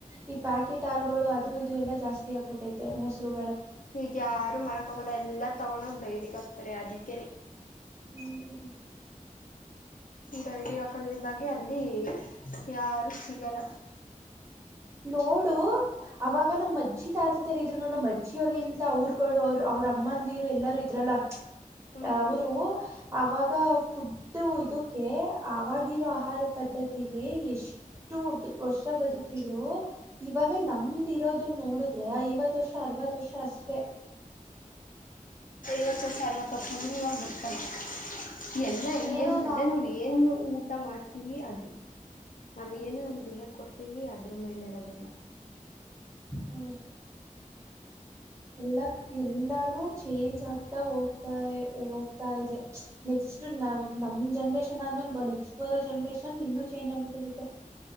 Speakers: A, on the right; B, on the left.
A: ಈ ಪ್ಯಾಕೆಟ್ ಹಾಲುಗಳು ಅದು ಇದು ಎಲ್ಲಾ ಜಾಸ್ತಿ ಆಗ್ಬಿಟ್ಟೈತೆ ಮೊಸರು
B: ಹೀಗೆ ಯಾರು ಮರಕ್ ಹೋಗ ಎಲ್ಲಾ ತಗೊಂಡು ಹೋಗಿ ಡೈರಿಗೆ ಹಾಕ್ತಾರೆ ಅದಕ್ಕೆನೆ
A: ಹ್ಮ್
B: ಡೈರಿಹಾಕದ್ರಿಂದಾಗಿ ಅಲ್ಲಿ ಯಾರು ಸಿಗಲ್ಲ
A: ನೋಡು ಅವಾಗ ನಮ್ಮ್ ಅಜ್ಜಿ ತಾತ ತರ ಇದ್ರುೋ ನಮ್ಮ ಅಜ್ಜಿಯ ಅವರ್ಗಿಂತ ಅವರುಗಳು ಅವ್ರರು ಅವ್ರ ಅಮ್ಮಂದಿರು ಎಲ್ಲಾರೂ ಇದ್ರಲ್ಲ
B: ಹ್ಮ್
A: ಅವರು ಅವಾಗ ಫುಡ್ ಇದಕ್ಕೆ ಅವವಾಗಿರೋ ಆಹಾರ ಪದ್ಧತಿಗೆ ಎಷ್ಟು ವರ್ಷ ಬದುಕ್ತಿ ಇರು ಇವಾಗ ನಮ್ದ ಇರೋದನ್ನ ನೋಡಿದ್ರೆ ಐವತ್ ವರ್ಷ ಅರವತ್ ವರ್ಷ ಅಷ್ಟೆ
B: ವತ್ತು ಸವಕಕ್ಷನ ಒಂದು ಬಡ್ಕನ <unintelligible> <inaudible> ಎಲ್ಲ ಇಂಡಿಯನ್ಸ್
A: ಏನೋನಾ
B: ಅಂದ್ರೆ ನಾವ್ ಏನ್ ಊಟ ಅಂತ ಮಾಡ್ತೀವಿ ಅದು ನಾವ್
A: ಹೌದು
B: ಏನು ನಮ್ ದೇಹ ಕೊಡ್ತವಿ ವಿ ಅದ್ರ ಮೇಲಿ ಇರೋದಿಲ್ಲ
A: ಹೌದು ಎಲ್ಲ ಎಲ್ಲಾನು ಚೇಂಜ್ ಆಗ್ತಾ ಹೋಗ್ತಾ ಹೋಗ್ತಾ ಇದೆ ನೆಕ್ಸ್ಟ್ ನ ನಮ್ ಜನ್ರೇಷನ್ ಆದಂದ್ಮೇಲೆ ನೆಕ್ಸ್ಟ್ ಬರೋ ಜನ್ರೇಷನ್ ಇನ್ನುೂ ಚೇಂಜ್ ಆಗ್ಬಿಟ್ಟಿರುತ್ತೆ